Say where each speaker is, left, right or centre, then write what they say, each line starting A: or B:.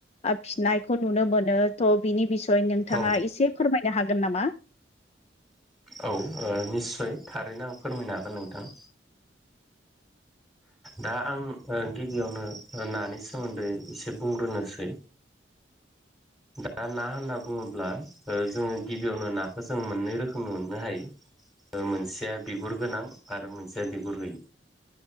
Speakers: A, on the left; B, in the centre.
A: फिनायखौ नुनो मोनो थ' बिनि बिसयनि नोंथांङा
B: औ
A: एसे फोरमायनो हागोन नामा
B: औ निस्सय थारैनो आं फोरमायनो हागोन नोंथां दा आं ओ गिबियावनो नानि सोमोन्दै एसे बुंग्रोनोसै <inaudible> दा ना होनना बुंङोब्ला ओ जोंङो गिबियावनो नाखौ जों मोननै रोखोमनि मोननो हायो। ओ मोनसेया बिगुर गोनां आरो मोनसेया बिगुर गैय